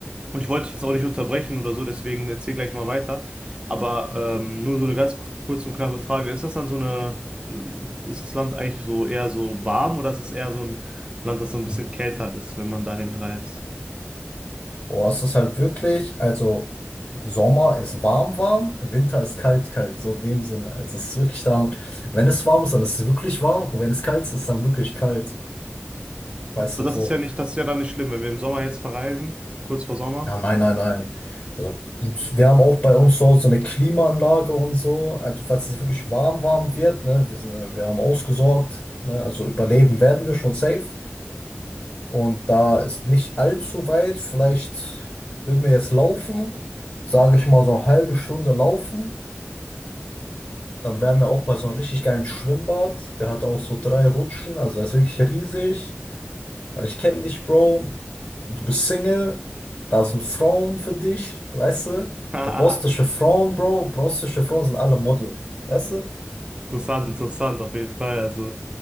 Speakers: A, on the right; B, on the left.
A: und ich wollte dich jetzt auch nicht unterbrechen oder so, deswegen erzähl gleich mal weiter. Aber ähm, nur so eine ganz ku- kurze und knappe Frage. Ist das dann so eine, äh, ist das Land eigentlich so eher so warm oder ist es eher so ein Land, das so ein bisschen kälter ist, wenn man dahin reist?
B: Boah, es ist halt wirklich, also Sommer ist warm, warm, Winter ist kalt, kalt, so in dem Sinne. Also es ist wirklich dann, wenn es warm ist, dann ist es wirklich warm und wenn es kalt ist, ist es dann wirklich kalt. Weißt
A: Aber
B: du,
A: das
B: so.
A: ist ja nicht, das ist ja dann nicht schlimm, wenn wir im Sommer jetzt verreisen, kurz vor Sommer.
B: Ja, nein, nein, nein. Also wir haben auch bei uns so, so eine Klimaanlage und so. Also falls es wirklich warm, warm wird, ne, wir sind, äh, wir haben ausgesorgt, ne, also überleben werden wir schon safe. Und da ist nicht allzu weit, vielleicht würden wir jetzt laufen, sage ich mal so eine halbe Stunde laufen. Dann wären wir auch bei so einem richtig geilen Schwimmbad. Der hat auch so drei Rutschen, also er ist wirklich riesig. Weil ich kenne dich, Bro. Du bist Single. Da sind Frauen für dich, weißt du?
A: <laughs>
B: Und bostische Frauen, Bro. Bostische Frauen sind alle Model, weißt du?
A: Interessant, interessant, auf jeden Fall. Also,